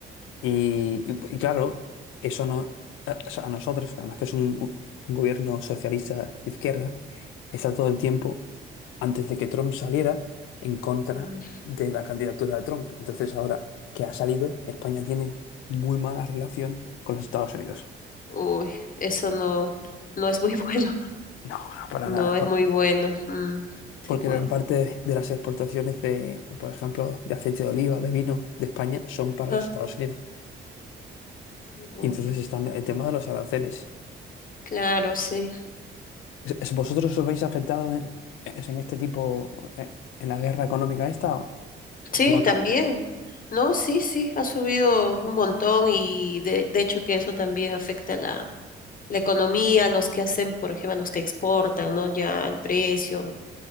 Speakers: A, on the left; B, on the left.
A: y, y- y claro, eso no, a, o sea, a nosotros, además que es un, un- un gobierno socialista de izquierda, está todo el tiempo, antes de que Trump saliera, en contra
B: mm,
A: de la candidatura de Trump. Entonces ahora que ha salido, España tiene muy mala relación con los Estados Unidos.
B: Uy, eso no, no es muy bueno. <laughs>
A: No, no, para
B: No
A: nada.
B: es
A: por-
B: muy bueno. Mm, sí,
A: Porque
B: pues.
A: gran parte de las exportaciones de, por ejemplo, de aceite de oliva, de vino de España, son para
B: Ajá.
A: los Estados Unidos.
B: Uy,
A: Y entonces están el tema de los aranceles
B: claro, sí.
A: ¿Es- ¿Vosotros os veis afectados en, es en este tipo, eh, en la guerra económica esta o
B: Sí,
A: o no
B: también.
A: tanto?
B: No, sí, sí, ha subido un montón y de, de hecho que eso también afecta la, la economía, los que hacen, por ejemplo, los que exportan, ¿no? Ya el precio